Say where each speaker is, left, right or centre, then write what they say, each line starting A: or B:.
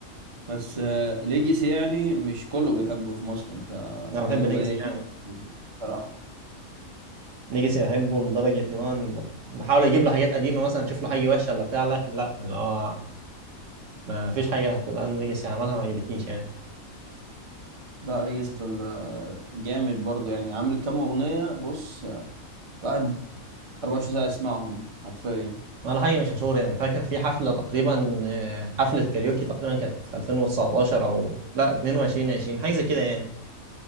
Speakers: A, on the right (about 35°); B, on the right (about 60°).
A: بس آه، ليجاسي يعني مش كله بيحبه في مصر انت
B: انا
A: من
B: بحب
A: القليلين
B: ليجاسي جامد
A: اللي بيحبوه بصراحه
B: ليجاسي بحبه لدرجة اللي هو أنا بحاول أجيب له حاجات قديمة مثلا أشوف له حاجة وحشة ولا بتاع لكن لا اللي هو ما فيش حاجة اللي أنا ليجاسي عملها ما عجبتنيش يعني
A: لا ليجاسي في ال- آه، جامد برضه يعني عامل كام اغنيه بص آه، الواحد 24 ساعه يسمعهم حرفيا
B: ولا حاجة مش مشهور يعني فاكر في حفلة تقريبا آه، حفلة كاريوكي تقريبا كانت في 2019 أو لا 22 20 حاجة زي كده يعني